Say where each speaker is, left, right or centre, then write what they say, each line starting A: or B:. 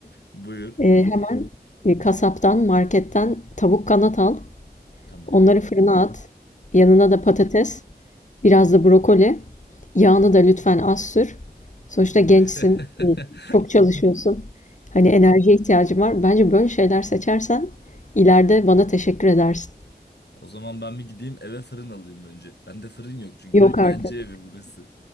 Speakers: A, on the left (about 85°); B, on the left (about 45°).
A: Buyur.
B: Ee, hemen e, kasaptan, marketten tavuk kanat al.
A: Tamam.
B: Onları fırına at. Yanına da patates, biraz da brokoli. Yağını da lütfen az sür. Sonuçta gençsin,
A: <laughs>
B: e, çok çalışıyorsun. Hani enerjiye ihtiyacın var. Bence böyle şeyler seçersen ileride bana teşekkür edersin.
A: O zaman ben bir gideyim eve fırın alayım önce. Bende fırın yok çünkü.
B: Yok
A: Öğrenci
B: artık.
A: evi burası.